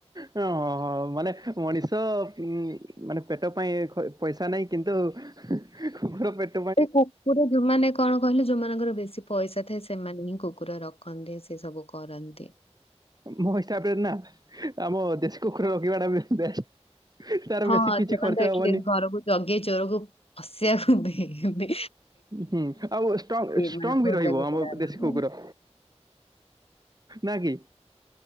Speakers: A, on the right (about 35°); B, on the left (about 60°).
A: ହଁ ହଁ ମାନେ ମଣିଷ ମାନେ ପେଟ ପାଇଁ ଖ ପଇସା ନାହିଁ କିନ୍ତୁ କୁକୁର ପେଟ୍।
B: ଏଇ କପ୍। ପୁରା ଯୋଉମାନେ କଣ କହିଲେ ଯୋଉମାନଙ୍କର ବେଶୀ ପଇସା ଥାଏ, ସେମାନେ ହିଁ କୁକୁର ରଖନ୍ତି, ସେ ସବୁ କର କରନ୍ତି।
A: ମୋ ହିସାବରେ ନା ଆମ ଦେଶୀ କୁକୁର ରଖିବା ଟା ବେଷ୍ଟ୍। ତା, ର
B: ହଁ
A: ବେଶୀ କିଛି
B: ସେମାନେ
A: ଖର୍ଚ୍ଚ
B: ତ ଏଟଲିଷ୍ଟ
A: ହବନି।
B: ଘରକୁ ଜଗେଇ ଚୋରକୁ ପସିବାକୁ <unintelligible>
A: ହୁଁ ଆଉ ଷ୍ଟ୍ରଙ୍ଗ୍ ଷ୍ଟ୍ରଙ୍ଗ୍
B: ମାନେ ପୋଷା
A: ବି ରହିବ
B: କୁକୁର
A: ଆମ
B: ମାନଙ୍କ
A: ଦେଶୀ କୁକୁର। ନାଁ କିି?